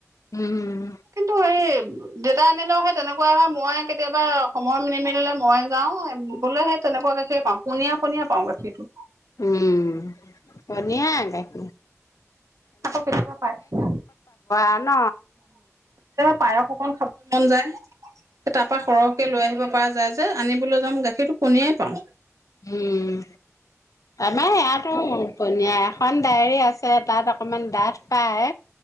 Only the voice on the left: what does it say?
উম
উম বনিয়া ক
আৰু ন।
উম আমা ইয়াতো বনীয়া এখন ডায়ৰী আছে, তাত অকমান ডাঠ পায়